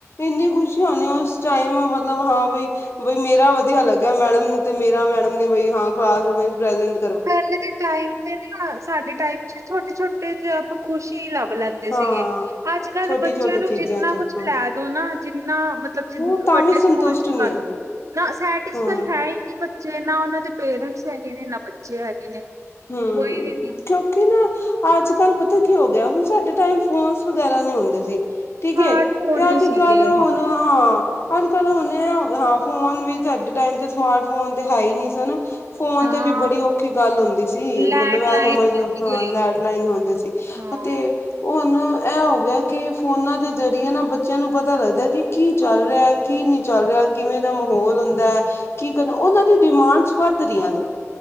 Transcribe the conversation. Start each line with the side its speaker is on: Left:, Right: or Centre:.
Left: ਇੰਨੀ ਖੁਸ਼ੀ ਹੋਣੀ ਉਸ ਟਾਈਮ ਮਤਲਬ ਹਾਂ ਬਈ ਬਈ ਮੇਰਾ ਵਧੀਆ ਲੱਗਿਆ ਮੈਡਮ ਨੂੰ, ਤੇ ਮੇਰਾ ਮੈਡਮ ਨੇ ਬਈ ਹਾਂ, ਕਲਾਸਰੂਮ ਵਿਚ ਪ੍ਰੇਜੇਂਟ
Right: ਪਹਿਲੇ ਦੇ ਟਾਈਮ ਤੇ ਨਾ, ਸਾਡੇ ਟਾਈਮ'ਚ ਛੋਟੇ-ਛੋਟੇ ਜਿਹੇ ਆਪਾਂ ਖੁਸ਼ੀ ਲੱਭ ਲੈਂਦੇ। ਸੀਗੇ,
Left: ਹਾਂ
Right: ਅੱਜ-ਕੱਲ
Left: ਛੋਟੀ
Right: ਬੱਚਿਆਂ
Left: ਛੋਟੀ
Right: ਨੂੰ
Left: ਚੀਜ਼ਾਂ
Right: ਜਿੰਨਾ
Left: ਚ
Right: ਕੁਛ
Left: ਹਾਂ
Right: ਖਿਲਾਦੋ ਨਾ, ਜਿੰਨਾ ਮਤਲ ਮਤਲਬ
Left: ਉਹ
Right: ਜ
Left: ਤਾਂ
Right: ਵੱਡੇ
Left: ਵੀ
Right: ਸਕੂਲ'ਚ
Left: ਸੰਤੁਸ਼ਟ ਨੀ
Right: ਪਾਦੋ,
Left: ਆ
Right: ਨਾ ਸੈਟਿਸਫਾਈ
Left: ਹਾਂ
Right: ਹੈ ਹੀ ਨਹੀਂ ਬੱਚੇ, ਨਾ ਉਹਨਾਂ ਦੇ ਪੇਰੈਂਟਸ ਹੈਗੇ ਨੇ, ਨਾ ਬੱਚੇ ਹੈਗੇ ਨੇ।
Left: ਹੂੰ
Right: ਕੋਈ ਵੀ ਨੀ
Left: ਕਿਉਂਕਿ ਨਾ, ਅੱਜ-ਕਲ ਪਤਾ ਕੀ ਹੋਗਿਆ, ਹੁਣ ਸਾਡੇ ਟਾਈਮ ਫੋਨਸ ਵਗੈਰਾ ਨਹੀਂ ਹੁੰਦੇ ਸੀ। ਠੀਕ
Right: ਸਮਾਰਟ
Left: ਏ, ਤੇ
Right: ਫੋਨ
Left: ਅੱਜ-ਕੱਲ
Right: ਨੀ ਸੀਗੇ
Left: ਹੁਣ,
Right: ਹਾਂ।
Left: ਹਾਂ ਅੱਜ-ਕੱਲ ਹੁਣ ਹੋ, ਹਾਂ ਫੋਨ ਵੀ ਸਾਡੇ ਟਾਈਮ ਤੇ ਸਮਾਰਟ ਫੋਨ ਤੇ ਹੈ ਹੀ ਨਹੀਂ ਸਨ। ਫੋਨ
Right: ਹਾਂ
Left: ਤੇ ਵੀ ਬੜੀ ਔਖੀ ਗੱਲ ਹੋਂਦੀ।
Right: ਲੈਂਡਲਾਈਨ
Left: ਮਤਲਬ ਐ ਸਮਝਲੋ,
Right: ਸੀਗੇ
Left: ਹਾਂ ਲੈਂਡ- ਲਈਨ ਹੁੰਦੇ ਸੀ,
Right: ਹਾਂ
Left: ਤੇ ਹੁਨ, ਐ ਹੋਗਿਆ ਕਿ ਫੋਨਾਂ ਦੇ ਜਰੀਏ ਨਾ ਬੱਚਿਆਂ ਨੂੰ ਪਤਾ ਲੱਗਦਾ ਕਿ ਕੀ ਚੱਲ ਰਿਹਾ। ਕੀ ਨਹੀਂ ਚੱਲ ਰਿਹਾ, ਕਿਵੇਂ ਦਾ ਮਾਹੌਲ ਹੁੰਦੈ, ਕੀ ਕਰਨਾ ਉਹਨਾਂ ਦੀ ਡਿਮਾਂਡਸ ਵੱਧ ਰਹੀਆਂ ਨੇ।